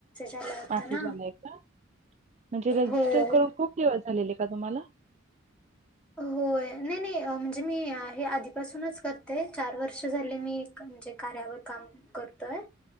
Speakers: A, in the centre; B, on the right.
A: आला होता
B: मसेज
A: ना
B: आलाय का म्हणजे रजिस्टर
A: हो
B: करून खूप दिवस झालेले आहे का तुम्हाला
A: होय नाही नाही म्हणजे मी हे आधीपासूनच करतेय चार वर्ष झाले मी म्हणजे कार्यावर काम करतोय